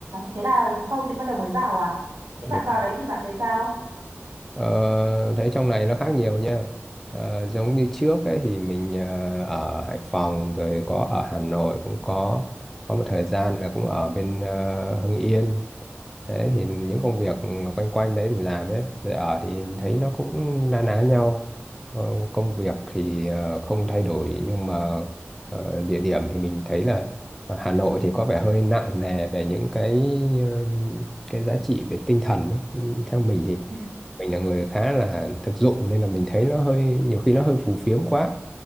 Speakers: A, on the right; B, in the centre.
A: thế là sau dịch bắt đầu mới vào à? Thế
B: Đúng.
A: bạn vào đấy thì bạn thấy sao?
B: Ờ, thấy trong này nó khác nhiều nha Ờ, giống như trước ấy thì mình ờ, ở Hải Phòng rồi có ở Hà Nội cũng có có một thời gian là cũng ở bên ờ, Hưng Yên Thế thì những công việc quanh quanh đấy mình làm ấy, rồi ở thì thấy nó cũng na ná nhau. Ờ, Công việc thì ờ, không thay đổi nhưng mà ờ, địa điểm thì mình thấy là ờ, Hà Nội thì có vẻ hơi nặng nề về những cái ừm, cái giá trị về tinh thần ấy. Theo mình thì
A: Ừ.
B: mình là người khá là thực dụng nên là mình thấy nó hơi nhiều khi nó hơi phù phiếm quá.